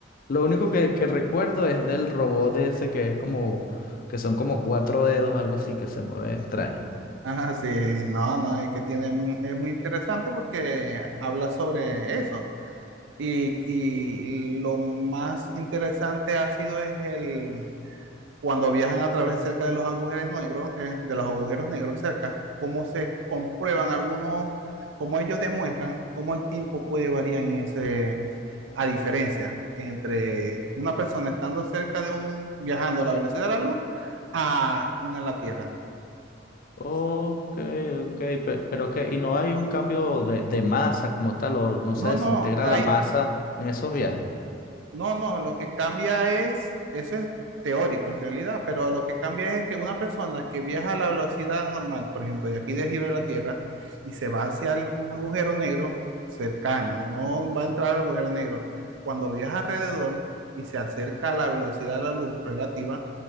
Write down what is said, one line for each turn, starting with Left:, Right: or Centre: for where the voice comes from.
Left: lo único que, que recuerdo es del robot de ese que es como, que son como cuatro dedos, algo así, que se mueve extraño.
Right: Ah, sí, no, no, es que tiene, mu- es muy interesante porque habla sobre eso. Y, y lo más interesante ha sido es el cuando viajan a través cerca de los agujeros negros, eh, de los agujeros negros cerca, cómo se comprueban algunos, cómo ellos demuestran cómo el tiempo puede variar en ese, a diferencia entre una persona estando cerca de un, viajando a la velocidad de la luz a una en la Tierra.
Left: Ok, ok, pe- pero que, ¿y no hay un cambio de, de masa como tal, o no
Right: No,
Left: se desintegra
Right: no, hay,
Left: la masa en esos viajes?
Right: No, no, lo que cambia es, eso es teórico en realidad, pero lo que cambia es que una persona que viaja a la velocidad normal, por ejemplo, de aquí de giro de la Tierra, y se va hacia el- un agujero negro cercano, no va a entrar al agujero negro, cuando viaja alrededor y se acerca a la velocidad de la luz relativa,